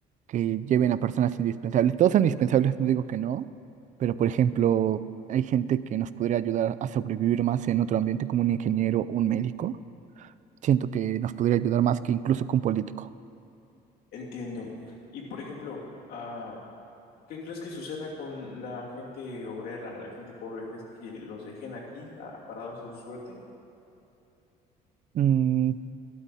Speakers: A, on the right (about 45°); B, on the left (about 65°).
A: que lleven a personas indispensables. Todos son indispensables, no digo que no, pero por ejemplo, hay gente que nos podría ayudar a sobrevivir más en otro ambiente como un ingeniero, un médico. Siento que nos podría ayudar más que incluso que un político.
B: entiendo. Y por ejemplo, ah, ¿Qué crees que suceda con la gente obrera, la gente pobre? ¿Crees que los dejen aquí ah, parados a su suerte?
A: Mm,